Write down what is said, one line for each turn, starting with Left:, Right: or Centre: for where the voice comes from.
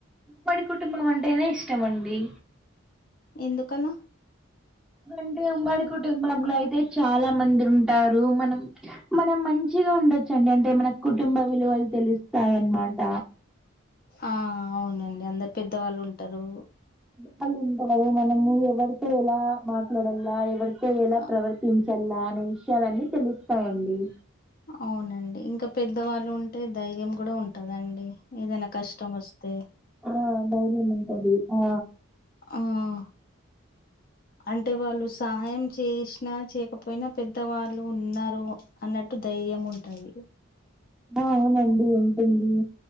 Centre: ఉమ్మడి కుటుంబం అంటేనే ఇష్టం అండి
Left: ఎందుకలా
Centre: ఎందుకంటే ఉమ్మడి కుటుంబం లో అయితే చాలా మంది ఉంటారు మనం మనం మంచిగా ఉండొచ్చండి అంటే మన కు కుటుంబ విలువలు తెలుస్తాయన్నమాట
Left: ఆ అవునండి అందరు పెద్దవాళ్ళు ఉంటారు
Centre: వాళ్ళు ఉంటారు మనము ఎవరితో ఎలా మాట్లాడలా ఎట్ల ఎవరితో ఎలా
Left: అ
Centre: ప్రవర్తించలా అనే విషయాలన్నీ తెలుస్తాయండి
Left: అవునండి ఇంకా పెద్దవాళ్ళు ఉంటే ధైర్యం కూడా ఉంటదండి ఏదైనా కష్టం వస్తే
Centre: ఆ ధైర్యం ఉంటది ఆ
Left: ఆ అంటే వాళ్ళు సాయం చేసినా చేయకపోయినా పెద్దవాళ్ళు ఉన్నారు అన్నట్టు ధైర్యం ఉంటది
Centre: ఆ అవునండి ఉంటుంది